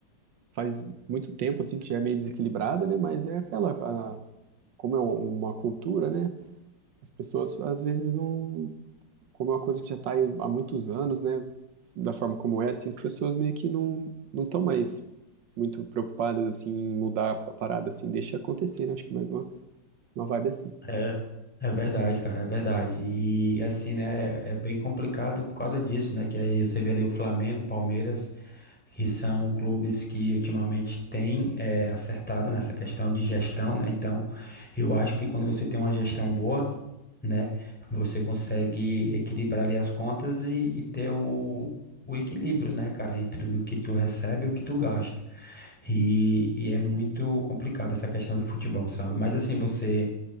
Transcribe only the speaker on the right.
faz muito tempo, assim, que já é meio desequilibrada, né? Mas é aquela, a- como é um, uma cultura, né? As pessoas às vezes não, como é uma coisa que já está há muitos anos, né, da forma como é, assim, as pessoas meio que não não estão mais muito preocupadas assim em mudar a parada assim, deixa acontecer, né? Acho que é mais uma, uma vibe assim.